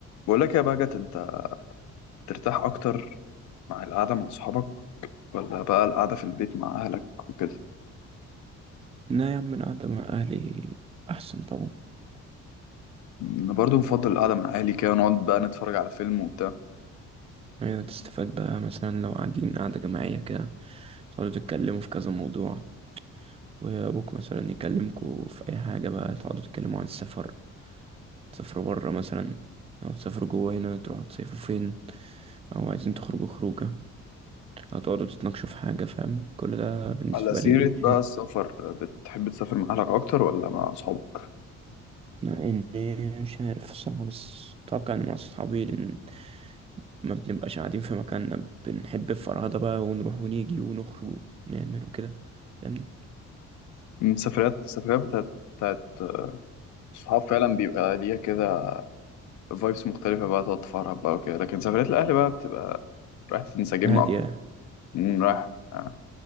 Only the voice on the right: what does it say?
لا يا عم القعدة مع أهلي أحسن طبعا
يعني تستفاد بقى مثلا لو قاعدين قعدة جماعية كده تقعدوا تتكلموا في كذا موضوع وأبوك مثلا يكلمكوا في أي حاجة بقى تقعدوا تتكلموا عن السفر تسافروا برا مثلا أو تسافروا جوا هنا تروحوا تصيفوا فين أو عايزين تخرجوا خروجة أو تقعدوا تتناقشوا في حاجة فاهم كل ده بالنسبة
لي حلو
مع اني مش عارف الصراحة بس اتوقع ان مع اصحابي لان ما بنبقاش قاعدين في مكاننا بنحب الفرهدة بقى ونروح ونيجي ونخرج ونعمل وكده فاهمني
هادية